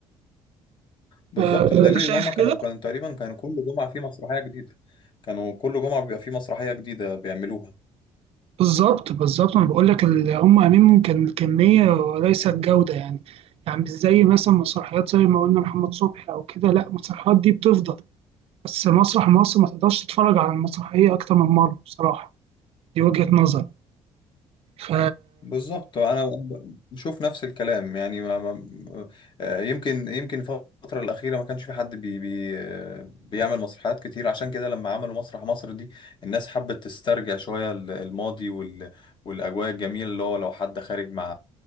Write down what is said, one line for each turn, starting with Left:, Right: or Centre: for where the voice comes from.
Left: بالظبط
Right: آه،
Left: بدليل
Right: أنت شايف
Left: ان هم كانوا
Right: كده؟
Left: كانوا تقريبا كانوا كل جمعه في مسرحيه جديده كانوا كل جمعه بيبقى في مسرحيه جديده بيعملوها
Right: بالظبط بالظبط أنا بقول لك ال- هم أهمهم كان الكمية وليس الجودة يعني يعني مش زي مثلا مسرحيات زي ما قلنا محمد صبحي أو كده لا المسرحيات دي بتفضل بس مسرح مصر ما تقدرش تتفرج على المسرحية أكتر من مرة بصراحة دي وجهة نظري ف
Left: بالظبط انا أنا بشوف نفس الكلام يعني ما ما آه، يمكن يمكن الفتره الاخيره ما كانش في حد بي بي آه، بيعمل مسرحيات كتير عشان كده لما عملوا مسرح مصر دي الناس حبت تسترجع شويه ال- الماضي وال والاجواء الجميله اللي هو لو حد خارج مع